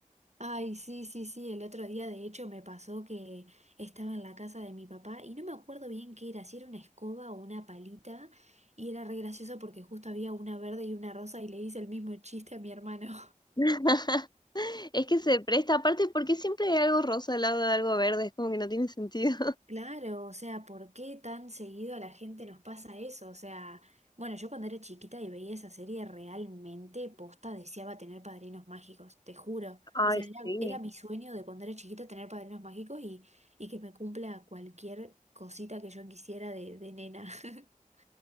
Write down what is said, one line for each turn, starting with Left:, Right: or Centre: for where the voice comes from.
Right: Ay, sí, sí, sí, el otro día de hecho me pasó que estaba en la casa de mi papá y no me acuerdo bien qué era, si era una escoba o una palita, y era re gracioso porque justo había una verde y una rosa y le hice el mismo chiste a mi hermano.
Left: <laughs> Es que se presta, aparte, porque siempre hay algo rosa al lado de algo verde? Es como que no tiene sentido. <laughs>
Right: Claro, o sea, ¿por qué tan seguido a la gente nos pasa eso? O sea, bueno, yo cuando era chiquita y veía esa serie realmente posta deseaba tener padrinos mágicos, te juro.
Left: Ay,
Right: O sea, era,
Left: sí.
Right: era mi sueño de cuando era chiquita tener padrinos mágicos y, y que me cumpla cualquier cosita que yo quisiera de, de nena. <laughs>